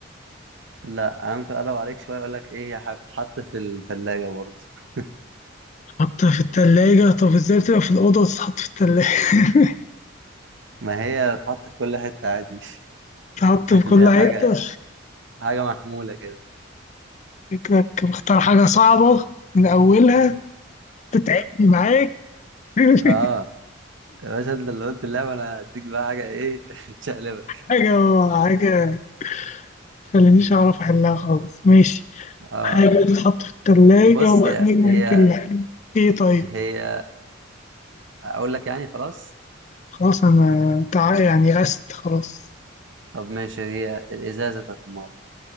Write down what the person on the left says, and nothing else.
تتحط في التلاجة طب ازاي بتبقى في الأوضة وتتحط في التلاجة <laughs>
تتحط
في كل
حتة
شكلك مختار حاجة صعبة من أولها تتعبني معاك <laughs>
حاجة حاجة مخلينيش أعرف أحلها خالص ماشي
حاجة تتحط في التلاجة
وأكيد
ممكن
لأ إيه طيب
خلاص أنا تع... يعني يأست خلاص